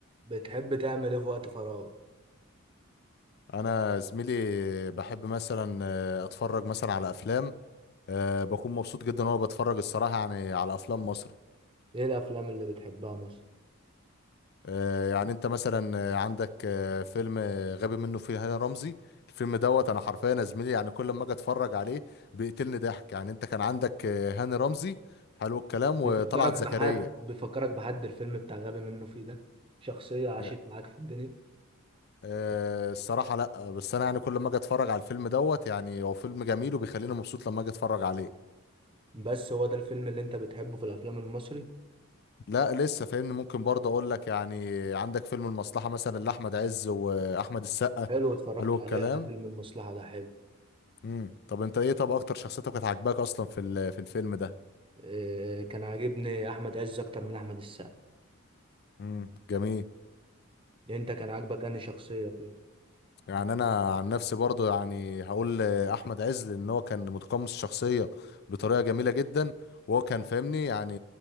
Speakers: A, on the right (about 25°); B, on the left (about 50°).
A: بتحب تعمل ايه في وقت فراغ
B: انا زميلي بحب مثلا آه، اتفرج مثلا على افلام آه، بكون مبسوط جدا وانا بتفرج الصراحه يعني على افلام مصر
A: ايه الافلام اللي بتحبها مثلا
B: آه، يعني انت مثلا آه، عندك آه، فيلم آه، غبي منه فيه هاني رمزي الفيلم دوت انا حرفيا يا زميلي يعني كل ما اجي اتفرج عليه بيقتلني ضحك يعني انت كان عندك آه، هاني رمزي حلو الكلام وطلعت
A: بيفكرك
B: زكريا
A: بحد بيفكرك بحد الفيلم بتاع غبي منه فيه ده شخصية عاشت
B: آه،
A: معاك في الدنيا
B: آه، الصراحه لا بس انا يعني كل ما اجي اتفرج على الفيلم دوت يعني هو فيلم جميل وبيخليني مبسوط لما اجي اتفرج عليه
A: بس هو ده الفيلم اللي انت بتحبه في الافلام المصري
B: لا لسه فاهمني ممكن برضه اقول لك يعني عندك فيلم المصلحة مثلا لأحمد عز وأحمد السقا
A: حلو اتفرجت
B: حلو الكلام
A: عليه انا فيلم المصلحة ده حلو
B: امم طب انت ايه طب اكتر شخصيتك كانت عاجباك اصلا في ال- في الفيلم ده
A: إيه كان عاجبني احمد عز اكتر من احمد السقا
B: امم جميل
A: انت كان عاجبك انهي شخصية فيه
B: يعني انا عن نفسي برضو يعني هقول احمد عز ان هو كان متقمص الشخصيه بطريقه جميله جدا وهو كان فاهمني يعني